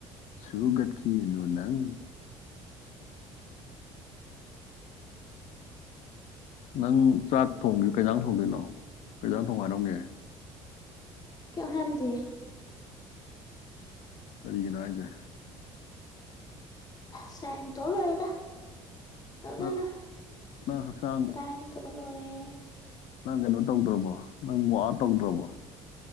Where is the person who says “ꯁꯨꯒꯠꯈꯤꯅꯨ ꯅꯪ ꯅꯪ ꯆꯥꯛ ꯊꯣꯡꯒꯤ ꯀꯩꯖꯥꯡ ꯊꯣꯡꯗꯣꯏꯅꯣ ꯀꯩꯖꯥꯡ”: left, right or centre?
Left